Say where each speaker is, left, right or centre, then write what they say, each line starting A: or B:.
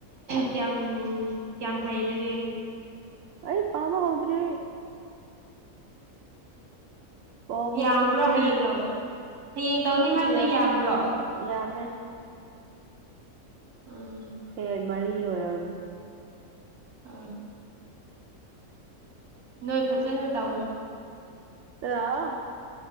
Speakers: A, on the right (about 85°); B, on the right (about 65°).
A: ꯀꯌꯥꯝ ꯀꯌꯥꯝ ꯍꯩꯔꯒꯦ
B: ꯑꯩ ꯄꯥꯕ ꯍꯥꯎꯗ꯭ꯔꯤ ꯄꯥꯕ
A: ꯌꯥꯝꯕ꯭ꯔꯣ
B: ꯍꯧꯗ꯭ꯔꯤꯌꯦ
A: ꯍꯌꯦꯡ ꯇꯧ ꯍꯌꯦꯡ ꯇꯧꯅꯤ
B: ꯑꯁ
A: ꯍꯥꯏꯕꯗꯨ
B: ꯌꯥꯝ
A: ꯌꯥꯝꯕ꯭ꯔꯣ
B: ꯌꯥꯝꯃꯦ
A: ꯑ
B: ꯁꯦꯠ ꯃꯔꯤ ꯑꯣꯏꯔꯝꯅꯤ
A: ꯑ ꯅꯣꯏ ꯐꯖꯅ ꯇꯧꯔꯣ
B: ꯂꯥꯛꯑꯣ